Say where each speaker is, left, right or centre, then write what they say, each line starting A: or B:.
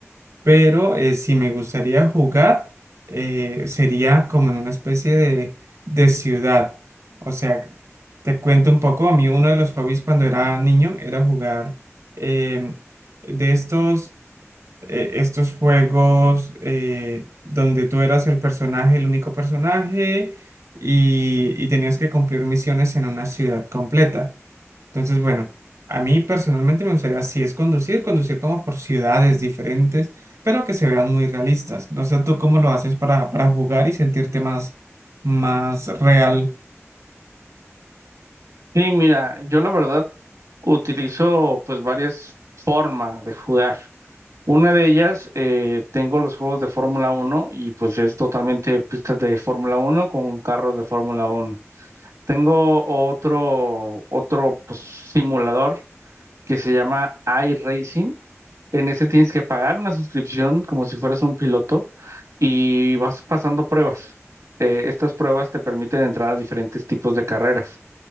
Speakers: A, on the right; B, on the right.
A: pero eh, si me gustaría jugar, eh, sería como en una especie de, de ciudad. O sea, te cuento un poco, a mí uno de los hobbies cuando era niño era jugar eh, de estos eh, estos juegos eh, donde tú eras el personaje, el único personaje, y, y tenías que cumplir misiones en una ciudad completa. Entonces, bueno, a mí personalmente me gustaría, si es conducir, conducir como por ciudades diferentes, pero que se vean muy realistas. No sé tú cómo lo haces para, para jugar y sentirte más, más real.
B: sí mira, yo la verdad utilizo pues varias formas de jugar. Una de ellas, eh, tengo los juegos de Fórmula uno y pues es totalmente pistas de Fórmula uno con carros de Fórmula uno Tengo otro, otro pues, simulador que se llama iRacing. En ese tienes que pagar una suscripción como si fueras un piloto y vas pasando pruebas. Eh, estas pruebas te permiten entrar a diferentes tipos de carreras,